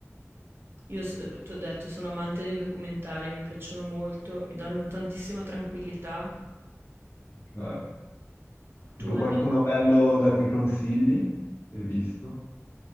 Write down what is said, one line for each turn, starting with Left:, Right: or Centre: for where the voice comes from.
Right: Io so- ti ho detto, sono amante dei documentari, mi piacciono molto, mi danno tantissima tranquillità.
Left: Eh, Tipo
Right: Tu hai-
Left: qualcuno bello da cui consigli? Che hai visto?